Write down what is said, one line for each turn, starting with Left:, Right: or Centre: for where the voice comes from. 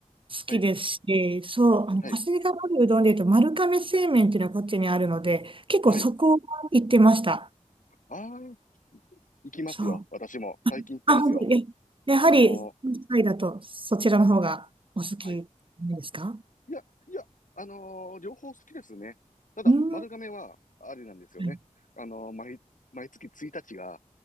Right: 好きですし、
Left: はい、
Right: そう、あの、
Left: はい、
Right: コシがあるうどんで言うと、丸亀製麺っていうのはこっちにあるので、結構そこは行ってました。
Left: はい。ああ、行きますよ。
Right: そう。
Left: 私も。最近行ってますよ。
Right: あ、本当に。や、やはり、
Left: あのー
Right: 関イだとそちらの方がお好きなんですか
Left: はい。いや、いや、あのー両方好きですね。ただ、
Right: うん。
Left: 丸亀は、
Right: は
Left: あれなんですよね。
Right: い。
Left: あのー毎、毎月1日が、